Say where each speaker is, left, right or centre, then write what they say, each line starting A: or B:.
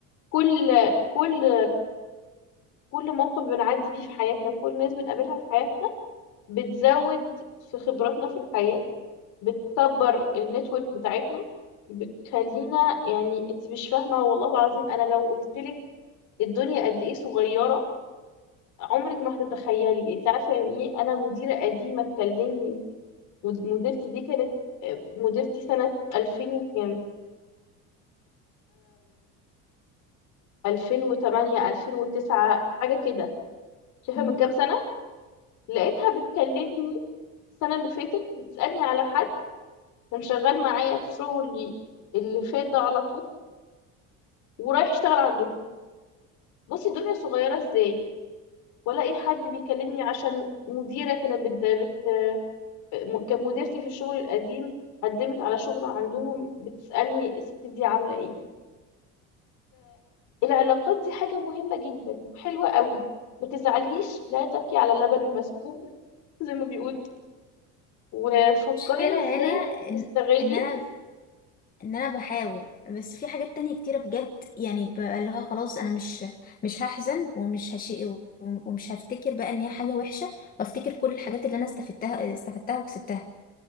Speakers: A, on the left (about 60°); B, on the left (about 25°).
A: كل كل كل موقف بنعدي بيه في حياتنا كل ناس بنقابلها في حياتنا بتزود في خبراتنا في الحياة بتكبر النتورك بتاعتنا بتخلينا يعني انت مش فاهمة والله العظيم انا لو قلتلك الدنيا قد ايه صغيرة عمرك ما هتتخيلي انت عارفة يعني ايه انا مديرة قديمة تكلمني مد- مديرتي دي كانت مديرتي سنة 2000 وكام 2008 2009 حاجة كده شايفة
B: <laughs>
A: من كام سنة لقيتها بتكلمني السنة اللي فاتت بتسألني على حد كان شغال معايا في شغلي اللي فات ده على طول ورايح يشتغل عندهم بصي الدنيا صغيرة ازاي ولا اي حد بيكلمني عشان مديرة كانت بت... بت... م- كانت مديرتي في الشغل القديم قدمت على شغل عندهم بتسألني الست دي عاملة ايه فالعلاقات دي حاجة مهمة جدا وحلوة قوي ما تزعليش لا تبكي على اللبن المسكوب زي ما بيقول وفكري
B: المشكلة
A: ازاي
B: هنا
A: تستغلي
B: ان ان انا ان انا بحاول بس في حاجات تانية كتيرة بجد يعني ببقى اللي هو خلاص انا مش مش هحزن ومش هشي ومش هفتكر بقى ان هي حاجة وحشة وافتكر كل الحاجات اللي انا استفدتها استفدتها وكسبتها